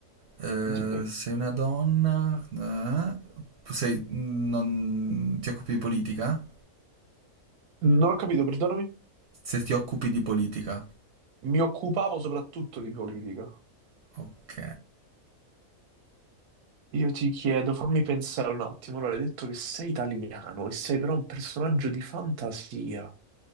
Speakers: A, on the right; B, on the right.
A: eh,
B: Dimmi.
A: sei una donna, eh, sei- non, ti occupi di politica?
B: Non ho capito, perdonami.
A: Se ti occupi di politica.
B: Mi occupavo soprattutto di politica.
A: Ok.
B: Io ti chiedo, fammi pensare un attimo. Allora, hai detto che sei italiano e sei però un personaggio di fantasia.